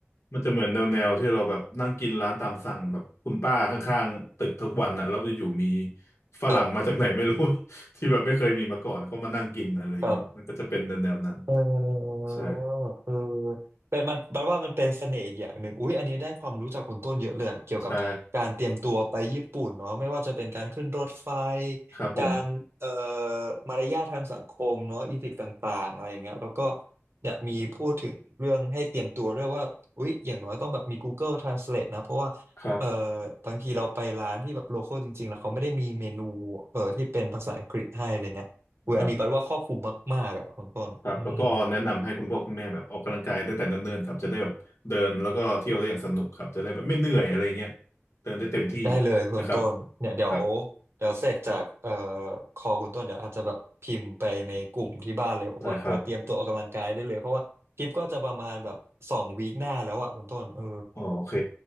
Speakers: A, on the left; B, on the right.
A: มันจะเหมือนแนวแนวที่เราแบบนั่งกินร้านตามสั่งแบบคุณป้าข้างๆตึกทุกวันอ่ะแล้วอยู่ๆมีฝรั่งมาจากไหนไม่รู้
B: ครับ
A: <laughs> ที่แบบไม่เคยมีมาก่อนเขามานั่งกินอะไรเงี้ยมันก็จะเป็นแนวแนวนั้น
B: ครับ เออ
A: ใช่
B: เออเป็นมันแปลว่ามันเป็นเสน่ห์อีกอย่างหนึ่งอุ๊ยอันนี้ได้ความรู้จากคนต้นเยอะเลยอะเกี่ยวกับการเตรียมตัวไปญี่ปุ่นเนาะไม่ว่าจะเป็นการขึ้นรถไฟ
A: ใช่ครับผม
B: การเอ่อมารยาททางสังคมเนาะอีทิกต่างๆอะไรอย่างเงี้ยแล้วก็เนี่ยมีพูดถึงเรื่องให้เตรียมตัวด้วยว่าอุ๊ยอย่างน้อยต้องแบบมี Google Translate นะเพราะว่าเอ่อ
A: ครับ
B: บางทีเราไปร้านที่แบบโลคอลจริงๆแล้วเขาไม่ได้มีเมนูเอ่อที่เป็นภาษาอังกฤษให้อะไรเงี้ย อุยอันนี้แปลว่าครอบคลุมมากๆอ่ะคุณต้นอืม
A: ครับครับแล้วก็แนะนำให้คุณพ่อคุณแม่แบบออกกำลังกายตั้งแต่เนิ่นๆครับจะได้แบบเดินแล้วก็เที่ยวได้อย่างสนุกครับจะได้แบบไม่เหนื่อยอะไรเงี้ยเดินได้เต็มที่
B: ได้เลยคุณต้นเนี่ยเดี๋ยว
A: นะครับครับ
B: เดี๋ยวเสร็จจากเอ่อคอคุณต้นเดี๋ยวอาจจะแบบพิมพ์ไปในกลุ่มที่บ้านเลยบอกว่าเออเตรียมตัวออกกำลังกายได้เลยเพราะว่าคลิปก็จะประมาณแบบสองวีคหน้าแล้วอ่ะคุณต้นเออ
A: ได้ครับอ๋อโอเค